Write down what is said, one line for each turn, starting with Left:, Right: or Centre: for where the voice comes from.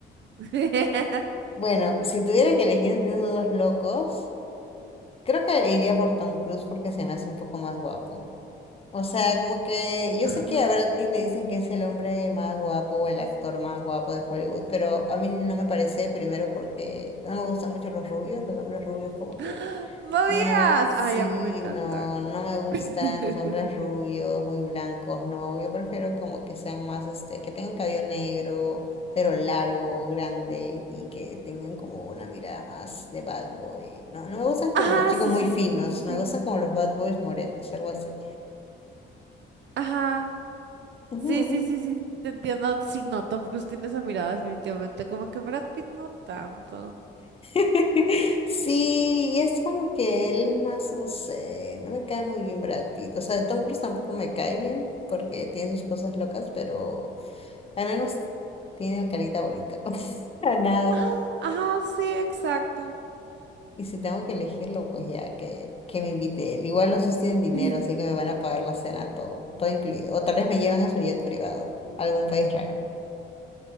Right: <laughs>
Left: Bueno, si tuviera que elegir entre esos dos locos. Creo que iría por Tom Cruise porque se me hace un poco más guapo. O sea, como que yo
Right: Ajá.
Left: sé que a Brad Pitt le dicen que es el hombre más guapo o el actor más guapo de Hollywood, pero a mí no me parece, primero porque no me gustan mucho los rubios, los hombres rubios como que
Right: ¡Ah! No
Left: no,
Right: digas.
Left: sí,
Right: Ay, a mí me encantan.
Left: no, no me gustan
Right: <laughs>
Left: los hombres rubios, muy blancos, no, yo prefiero como que sean más, este, que tengan cabello negro, pero largo o grande y que tengan como una mirada más de bad boy. No, no me gustan como
Right: Ajá,
Left: los chicos
Right: sí,
Left: muy
Right: sí,
Left: finos,
Right: sí, sí, sí.
Left: me
Right: sí.
Left: gustan como los bad boys morenos, algo así.
Right: Ajá.
Left: <laughs>
Right: Sí, sí, sí, sí, sí, te entiendo. Sí, no, Tom Cruise tiene esa mirada definitivamente, como que Brad Pitt no tanto.
Left: <laughs> Sí, y es como que él es más, no sé, no me cae muy bien Brad Pitt. O sea, Tom Cruise tampoco me cae bien porque tiene sus cosas locas, pero al menos tiene carita bonita. <laughs> Para nada.
Right: Ajá, ajá, sí, exacto.
Left: Y si tengo que elegirlo, pues ya que, que me invite él. Igual los dos tienen dinero,
Right: <laughs>
Left: así que me van a pagar la cena todo, todo incluido. O tal vez me llevan en su jet privado, a algún país raro.